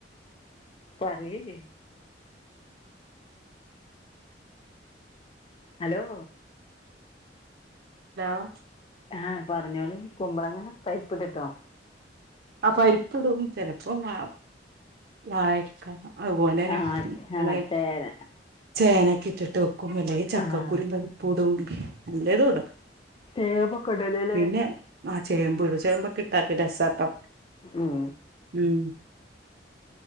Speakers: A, on the left (about 30°); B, on the right (about 55°).
A: പറ്യേല്ലെ ഹലോ
B: ഹലോ
A: ആ പർഞ്ഞോളി കുമ്പളങ്ങ പരിപ്പ്ട്ട്ട്ടോ
B: ആ പരിപ്പ് ഇടും ചെലപ്പം വാ വായ്‌ക്ക അതുപോലെ
A: ആഹ്
B: <unintelligible>
A: ആഹ് ചേര
B: ചേനക്കെ ഇട്ടിട്ട് വെക്കും അല്ലങ്കി ചക്കക്കുരും
A: ആഹ്
B: പരിപ്പുടും. എല്ലതു ഇടും
A: ചെമ്പോക്ക ഇടല് ലെ
B: പിന്നെ ആ ചേമ്പ് ഇടും ചേമ്പൊക്കെ ഇട്ടാട്ട് രസാട്ടോ
A: ഉം
B: ഉം